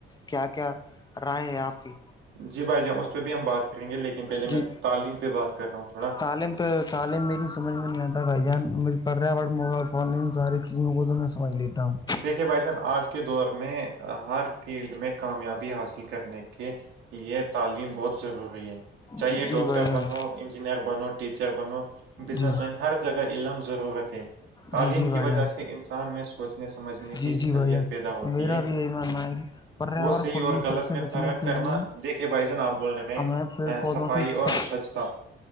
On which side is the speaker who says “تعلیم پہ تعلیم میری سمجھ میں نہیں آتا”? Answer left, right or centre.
Left